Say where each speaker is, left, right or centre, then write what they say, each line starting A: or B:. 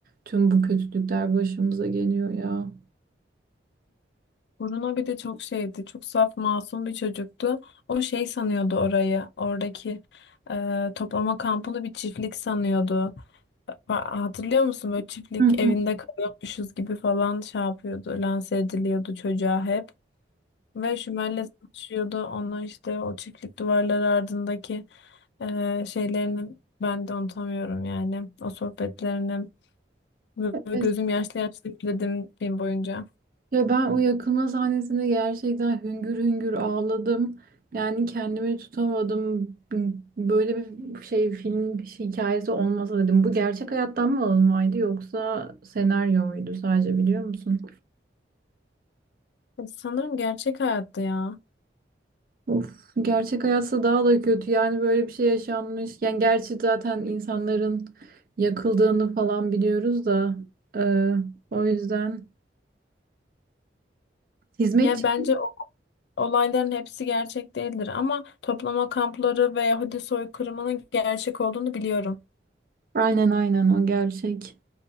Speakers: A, on the right; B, on the left.
A: tüm bu kötülükler başımıza geliyor ya.
B: Bruno bir de çok şeydi. Çok saf masum bir çocuktu. O şey sanıyordu orayı. Oradaki e, toplama kampını bir çiftlik sanıyordu. Ha- Hatırlıyor musun böyle çiftlik
A: Hı hı.
B: evinde kalıyormuşuz gibi falan şey yapıyordu. Lanse ediliyordu çocuğa hep. Ve Şümer'le çalışıyordu. Ona işte o çiftlik duvarları ardındaki eee, şeylerini ben de unutamıyorum yani. O sohbetlerini. Böyle
A: Aynen.
B: gözüm yaşlı yaşlı gülüyordum film boyunca.
A: Ya ben o yakılma sahnesinde gerçekten hüngür hüngür ağladım. Yani kendimi tutamadım. Böyle bir şey film hikayesi olmasa dedim. Bu gerçek hayattan mı alınmaydı yoksa senaryo muydu sadece biliyor musun?
B: E, Sanırım gerçek hayatta ya.
A: Of, gerçek hayatsa daha da kötü. Yani böyle bir şey yaşanmış. Yani gerçi zaten insanların yakıldığını falan biliyoruz da. e, o yüzden hizmetçi
B: Yani bence o- olayların hepsi gerçek değildir ama toplama kampları ve Yahudi soykırımının gerçek olduğunu biliyorum.
A: Aynen aynen o gerçek.